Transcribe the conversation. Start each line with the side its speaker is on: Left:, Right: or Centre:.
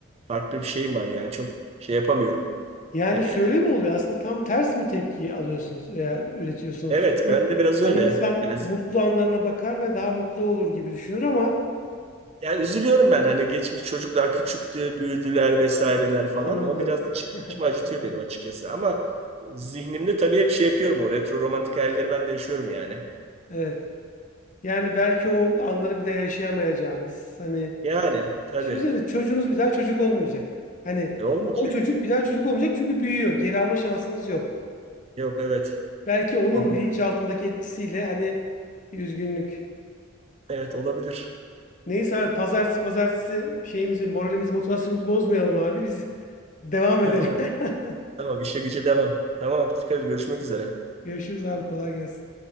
Right: farklı bir şeyim var yani çok şey yapamıyorum.
Left: Yani
Right: Ee,
Left: şöyle mi oluyor? Aslında tam ters mi tepki alıyorsunuz veya üretiyorsunuz?
Right: evet
Left: Çünkü
Right: ben de biraz öyle.
Left: hani insan
Right: Yani,
Left: mutlu anlarına bakar ve daha mutlu olur gibi düşünür ama
Right: yani üzülüyorum ben hani geçmiş çocuklar küçüktü, büyüdüler vesaireler falan.
Left: Anladım.
Right: O biraz içimi, içimi
Left: <laughs>
Right: acıtıyor benim açıkçası. Ama zihnimde tabii hep şey yapıyorum o retro romantik hayalleri ben de yaşıyorum yani.
Left: Evet. Yani belki o anları bir daha yaşayamayacağınız. Hani
Right: Yani tabii
Left: düşünsenize çocuğunuz bir daha çocuk olmayacak. Hani
Right: E, olmayacak.
Left: o çocuk bir daha çocuk olmayacak çünkü büyüyor. Geri alma şansınız yok.
Right: Yok evet.
Left: Belki onun
Right: O-
Left: bilinçaltındaki etkisiyle hani bir üzgünlük.
Right: Evet olabilir.
Left: Neyse abi pazartesi pazartesi şeyimizi, moralimizi, motivasyonumuzu bozmayalım abi. Biz devam
Right: Tamam.
Left: edelim. <laughs>
Right: Tamam işe güce devam. Tamam dikkat et, görüşmek üzere.
Left: Görüşürüz abi kolay gelsin.